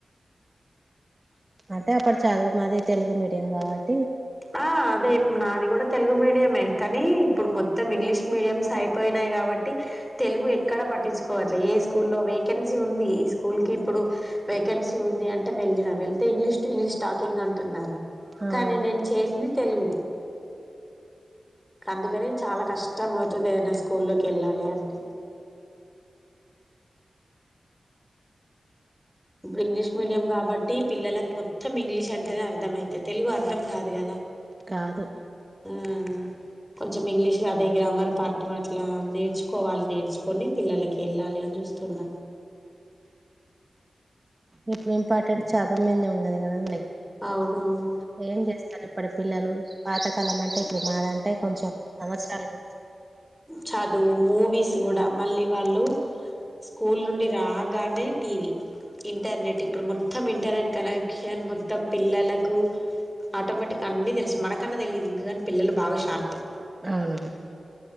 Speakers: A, on the right (about 25°); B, in the centre.
A: అంటే అప్పుడు చదువు మాది తెలుగు మీడియం కాబట్
B: ఆ అదే ఇబ్ నాది కూడా తెలుగు మీడియమే. కానీ ఇప్పుడు మొత్తం ఇంగ్లీష్ మీడియంస్ అయిపోయినాయి కాబట్టి తెలుగు ఎక్కడ పట్టించుకోవట్లే ఏ ఈ స్కూల్లో వేకెన్సీ ఉంది ఈ స్కూల్కి ఇప్పుడు వేకెన్సీ ఉంది అంటే వెళ్ళిన వెళ్తే ఇంగ్లీష్ టు గ్లీష్ స్టాకింగ్ అంటున్నారు.
A: అవునవును.
B: కానీ నేను చేసింది తెలుగు అందుకని చాలా కష్టం అవుతుంది. ఏదైనా స్కూల్లోకి వెళ్ళాలి అంటే ఇప్పుడు ఇంగ్లీష్ మీడియం కాబట్టి పిల్లలకు మొత్తం ఇంగ్లీష్ అంటేనే అర్థం అయితది తెలుగు అర్ధం కాదు కదా!
A: కాదు.
B: మ్ కొంచెం ఇంగ్లీష్ అదే గ్రామర్ పార్టు అట్ల నేర్చుకోవాలి నేర్చుకొని పిల్లలకి వెళ్ళాలి అ ని చూస్తున్నా.
A: ఇప్పుడు ఇంపార్టెంట్ చదువు మీదనే ఉంది కదండీ
B: అవునవును
A: ఏం చేస్తాలే ఇప్పుడు పిల్లలు పాతకాలం అంటే ఇప్పుడు మాదంటే కొంచెం సంవత్సరాలు క
B: చదువు మూవీస్ కూడా మళ్ళీ వాళ్ళు స్కూల్ నుండి రాగానే టీవీ ఇంటర్నెట్ ఇప్పుడు మొత్తం ఇంటర్నెట్ కనెక్షన్ మొత్తం పిల్లలకు ఆటోమేటిక్గా అన్నీ తెలుసు మనకన్నా తెలియదు ఇంకకానీ పిల్లలు బాగా షార్త్
A: అవునవును